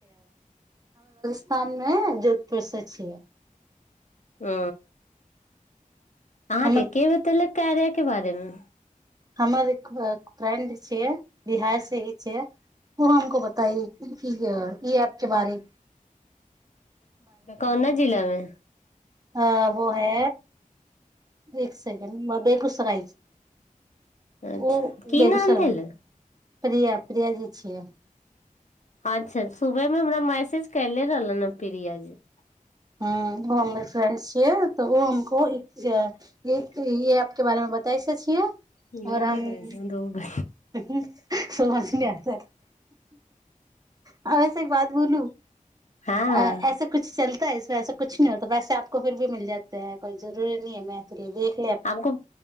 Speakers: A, on the right; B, on the left.
A: राजस्थान मे जोधपुर से छियै
B: आ आहांके
A: हमर
B: के र्कार्या के बारेमे
A: हमर एक फ्रेंड छै बिहार से ही छै ओ हमको बताइ ई एप के बारे
B: कौना जिलामे
A: हँ वो है एक सेकड बेगुसराय
B: अच्छा
A: ओ
B: की
A: बेगूसराय
B: नाम भेलै
A: प्र प्रिया जी छियै
B: अच्छा सुबहमे हमरा मैसेज कले रहलन ह प्रियाजी
A: हँ ओ हमर फ्रेंड छियै तऽ ओ हमको य प के बारेमे बताय छियै आओर
B: हम
A: हम
B: नहि बनै छै दौड़
A: सो मच नहि आ वस एक बात बोलू
B: हँ
A: अ ऐसा कुछ चलता है इस वऐसा कुछ नहि होत वैसे आको फि भी मिल जातेै कोइ जरूरी नहि ह तऽ मैथिली भ
B: आको